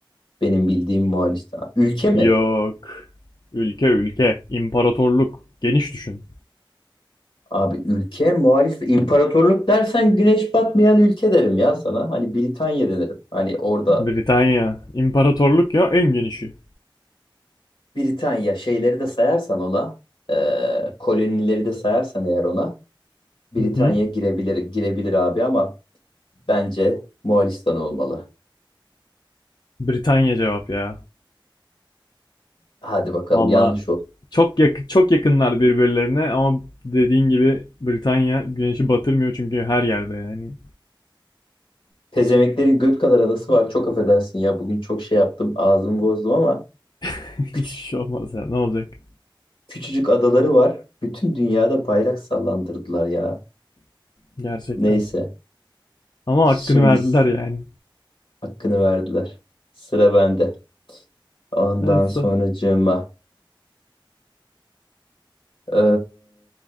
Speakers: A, on the left; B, on the left.
A: Benim bildiğim Moğolistan. Ülke mi?
B: Yok. Ülke ülke, imparatorluk. Geniş düşün.
A: Abi ülke Moğolistan. İmparatorluk dersen güneş batmayan ülke derim ya sana. Hani Britanya denirim. Hani orada
B: Britanya. İmparatorluk ya en genişi.
A: Britanya şeyleri de sayarsan ona, e, kolonileri de sayarsan eğer ona, Britanya
B: Hı hı.
A: girebilir girebilir abi ama bence Moğolistan olmalı.
B: Britanya cevap ya.
A: Hadi bakalım
B: Valla
A: yanlış oldu.
B: çok yak çok yakınlar birbirlerine ama dediğin gibi Britanya güneşi batırmıyor çünkü her yerde yani.
A: Pezemeklerin göt kadar adası var. Çok affedersin ya bugün çok şey yaptım ağzımı bozdum ama
B: <laughs>
A: küçücük,
B: Hiçbir şey olmaz ya. Ne olacak?
A: küçücük adaları var. Bütün dünyada bayrak sallandırdılar ya.
B: Gerçekten.
A: Neyse
B: Ama
A: şimdi
B: hakkını verdiler
A: s-
B: yani.
A: hakkını verdiler. Sıra bende. Ondan
B: nerede sor.
A: sonracığıma. Ee,